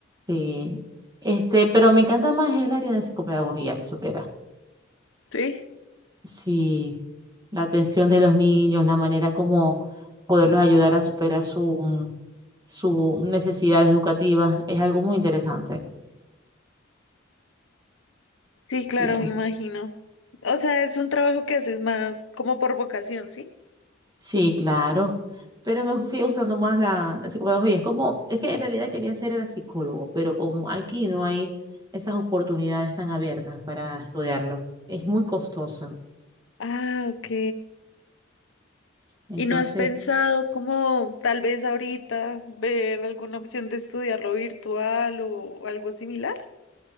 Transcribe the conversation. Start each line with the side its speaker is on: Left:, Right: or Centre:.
Right: Sí. Este, pero me encanta más el área de psicopedagogía, si supieras.
Left: Sí,
Right: Sí, la atención de los niños, la manera como poderlos ayudar a superar su, sus necesidades educativas, es algo muy interesante.
Left: sí, claro,
Right: Sí,
Left: me imagino. O sea, es un trabajo que haces más como por vocación, ¿sí?
Right: sí, claro. Pero me sigue gustando más la, la psicopedagogía. Es como, es que en realidad quería ser el psicólogo, pero como aquí no hay esas oportunidades tan abiertas para estudiarlo, es muy costoso.
Left: Ah, ok.
Right: Entonces
Left: ¿Y no has pensado como tal vez ahorita ver alguna opción de estudiarlo virtual o algo similar?